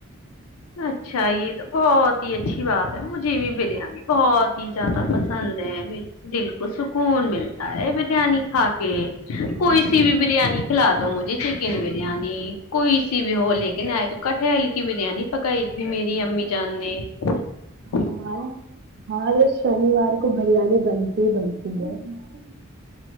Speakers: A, on the left; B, on the right.
A: اچھا یہ تو بہت ہی اچھی بات ہے مجھے بھی بریانی بہت ہی زیادہ پسند ہے م دل کو سکون ملتا ہے بریانی کھا کے کوئی سی بھی بریانی کھلا دو مجھے چکن بریانی کوئی سی بھی ہو لیکن آئے تو کٹل کی بریانی پکائی تھی میری امی جان نے <unintelligible>
B: ہمارے یہاں ہار شنیوار کو بریانی بنتی ہی بنتی ہے <unintelligible>